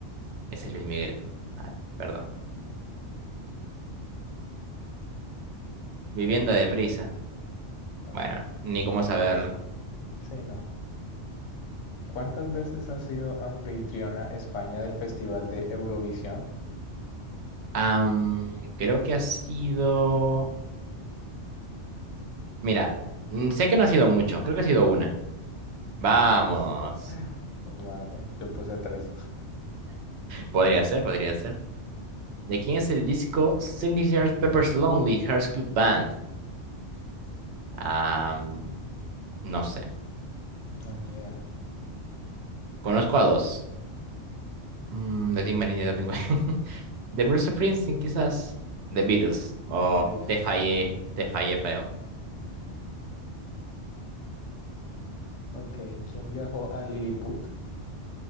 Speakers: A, on the right (about 70°); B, on the left (about 80°).
A: Ese es Luis Miguel. Ay, perdón. Viviendo deprisa.
B: Ah,
A: Bueno,
B: viviendo
A: ni cómo
B: de
A: saberlo.
B: pez. Sí, no. ¿Cuántas veces ha sido anfitriona España del Festival de Eurovisión?
A: Am, creo que ha sido... Mira, mm, sé que no ha sido mucho. Creo que ha sido una. Vamos.
B: Ah, vale, yo puse tres.
A: Podría ser, podría ser. ¿De quién es el disco Signature Pepper's Lonely Hearts Club Band? Ah, mm, no sé.
B: No, ni idea.
A: Conozco a dos. Mm, de Tim Marine y de Pingüe. <laughs> De Bruce Springsteen, quizás. The Beatles. Oh,
B: The Beatles.
A: te fallé.
B: Ok.
A: Te fallé feo.
B: Ok, ¿quién viajó a Lilliput?